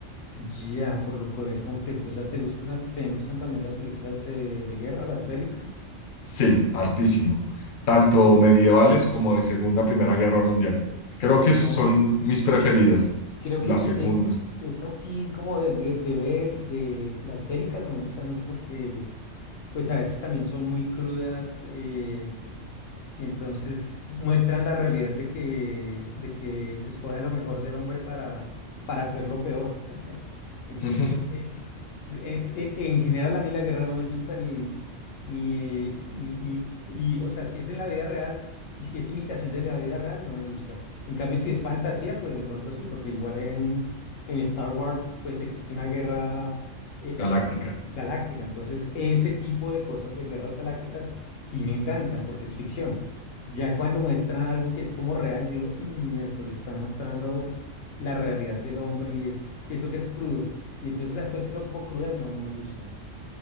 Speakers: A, on the left (about 80°); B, on the left (about 50°).
A: ya, por lo que de conflicto. O sea, ¿te gustan, te gustan también las películas de, de guerra, las bélicas?
B: Sí, hartísimo. Tanto medievales como de Segunda, Primera Guerra Mundial. Creo
A: Ya
B: que
A: no.
B: son mis preferidas,
A: Creo
B: las
A: que es,
B: segundas.
A: eh, es así como de, gue- de ver, de las bélicas no me gustan mucho porque, pues a veces también son muy crudas. eh, y entonces muestran la realidad de que, de que se escoge a lo mejor del hombre para, para hacerlo peor. <laughs> Entonces,
B: <laughs>
A: eh, e- e- En general, a mí la guerra no me gusta ni, ni, eh, ni, ni, y, o sea, si es en la vida real y si es imitación de la vida real, no me gusta. En cambio, si es fantasía, pues de pronto sí, porque igual en, en Star Wars, pues existe una guerra. eh,
B: Galáctica.
A: galáctica. Entonces, ese tipo de cosas de guerras galácticas sí me encantan porque es ficción. Ya cuando muestran algo que es como real, yo digo, "Mm, miércoles, está mostrando la realidad del hombre y es, siento que es crudo. Y entonces las cosas que son como crudas, no, no me gustan.